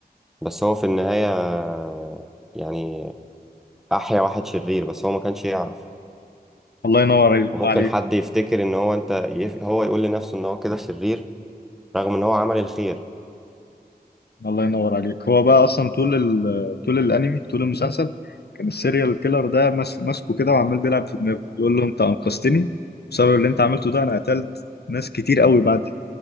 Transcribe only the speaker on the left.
الله ينور علي-
عليك
الله ينور عليك هو بقى اصلا طول ال... طول الانمي طول المسلسل كان السيريال كيلر ده ماس- ماسكه كده وعمال بيلعب في دماغه يقول له انت انقذتني بسبب اللي انت عملته ده انا قتلت ناس كتير قوي بعدك